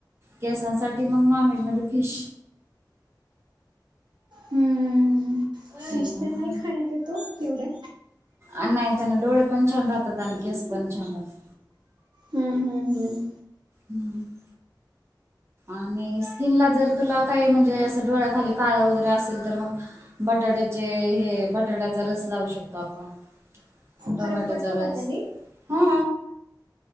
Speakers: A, on the right; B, on the right.
A: केसांसाठी मग नॉन व्हेज मध्ये फिश
B: हम्म,
A: आणि
B: फिश तन नाही खाण्यात येतो एवढं,
A: अ नाही त्यांना डोळे पण छान राहतात, त्यांना केस पण छान राहतात.
B: हम्म हम्म हम्म....
A: हम्म <inaudible> आणि स्किनला जर तुला काही म्हणजे असं डोळ्याखाली काळ वगैरे असेल तर मग बटाट्याचे हे बटाट्याचा रस लावू शकतो आपण, टोमॅटोचा
B: फरक पडतो
A: रस
B: का त्याने?
A: हा